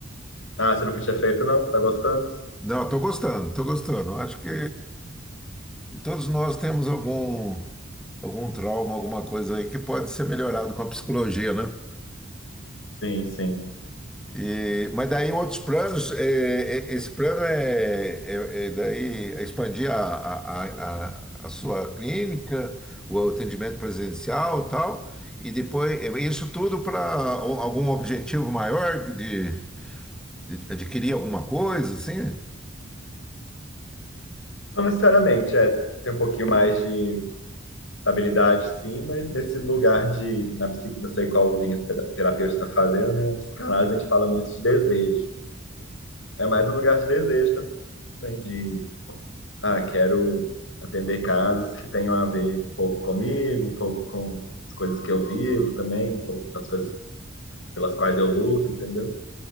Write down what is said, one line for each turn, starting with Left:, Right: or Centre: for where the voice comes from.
Left: Ah, você nunca tinha feito, não? Tá gostando?
Centre: Não, estou gostando, estou gostando. Acho que Todos nós temos algum, algum trauma, alguma coisa aí que pode ser melhorado com a psicologia, né?
Left: Sim, sim.
Centre: E, mas daí outros planos, é, é, esse plano é, é- é daí expandir a, a, a, a- a sua clínica, o atendimento presencial e tal, e depois é, isso tudo para algum objetivo maior de, de adquirir alguma coisa, assim?
Left: Não necessariamente, é, tem um pouquinho mais de Estabilidade, sim, mas nesse lugar de, na, psi- não sei qual linha o peda- terapeuta está fazendo, né? Na psicanálise a gente fala muito de desejo. É mais um lugar de desejo também, de, ah, quero atender casos que tenham a ver um pouco comigo, um pouco com as coisas que eu vivo também, um pouco com as coisas pelas quais eu luto, entendeu?